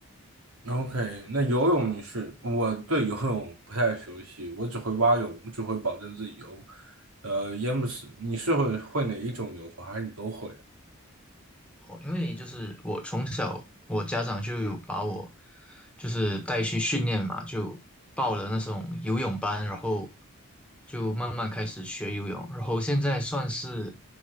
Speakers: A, on the right (about 85°); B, in the centre.
A: ？OK，那游泳你是，我对游泳不太熟悉，我只会蛙泳，我只会保证自己游，呃，淹不死。你是会会哪一种游法，还是你都会？
B: 哦，因为就是我从小，我家长就有把我就是带去训练嘛，就报了那种游泳班，然后就慢慢开始学游泳，然后现在算是